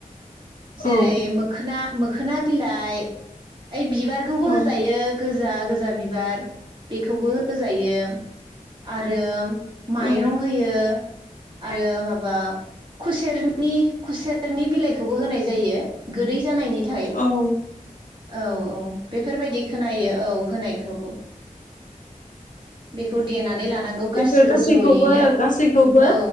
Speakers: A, on the right; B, on the left.
A: जेरै
B: औ
A: मोखोना मोखोना बिलाइ ओइ बिबार खौबो
B: औ
A: होजायो गोजा गोज फुजा बिबार बेखौबो होजायो आरो माइरं
B: औ
A: होयो आरो माबा खुसेरनि खुसेरनि बिलाइखौबो होनाय जायो गोदै जानायनि। थाय
B: औ
A: औ औ। बेफोरबायदि खोनायो। औ होनायखौ बेखौ देनानै लानांगौ
B: बेफोर
A: गासिखौबो
B: गासैखौबो
A: जयैनो
B: गासैखौबो
A: औ